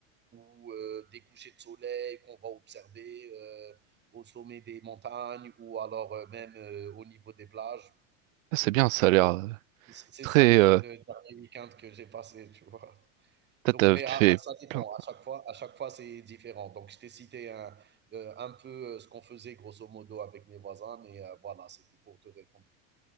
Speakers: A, on the right (about 25°); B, on the right (about 85°).
A: ou euh, des couchers de soleil qu'on va observer. euh, au sommet des montagnes ou alors euh, même euh, au niveau des plages.
B: ça, c'est
A: Donc,
B: bien, ça
A: euh,
B: a l'air euh,
A: c'est
B: très.
A: ça le, le
B: euh,
A: dernier week-end que j'ai passé, <laughs> tu vois.
B: t'as-
A: Donc,
B: t'as-
A: mais à,
B: fait
A: à, ça dépend.
B: plein.
A: À chaque fois, à chaque fois, c'est différent. Donc, je t'ai cité un, euh, un peu euh, ce qu'on faisait grosso modo avec mes voisins, mais euh, voilà, c'était pour te répondre.